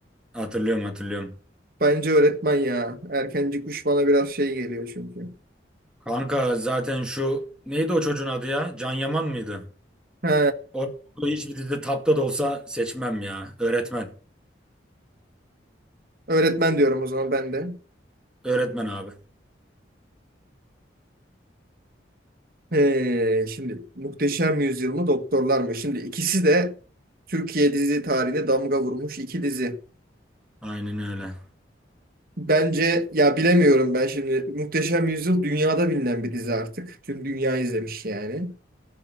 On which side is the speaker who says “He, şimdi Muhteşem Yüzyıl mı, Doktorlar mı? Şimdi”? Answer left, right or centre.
Right